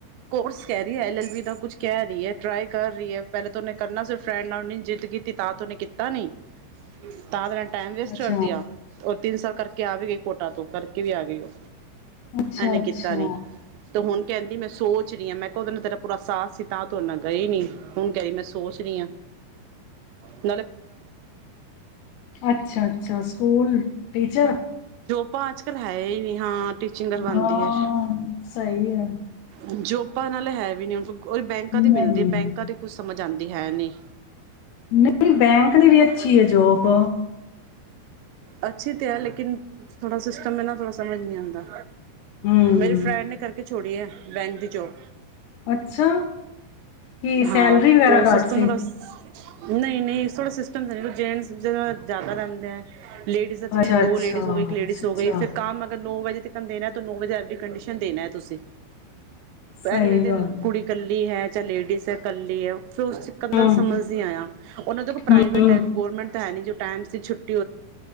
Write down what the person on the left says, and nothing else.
ਅੱਛਾ
ਅੱਛਾ-ਅੱਛਾ,
ਅੱਛਾ ਅੱਛਾ! School teacher?
ਹਾਂ,
ਸਹੀ ਐ,
ਨਹੀਂ,
ਨਹੀਂ, ਬੈਂਕ ਦੀ ਵੀ ਅੱਛੀ ਹੈ ਜੋਬ।
ਹੂੰ,
ਅੱਛਾ ਕੀ
ਸੈਲਰੀ ਵਗੈਰਾ
ਘੱਟ
ਸੀ?
ਅੱਛਾ-ਅੱਛਾ,
ਅੱਛਾ-ਅੱਛਾ,
ਸਹੀ
ਗੱਲ
ਐ।
ਹੂੰ,
ਹੂੰ,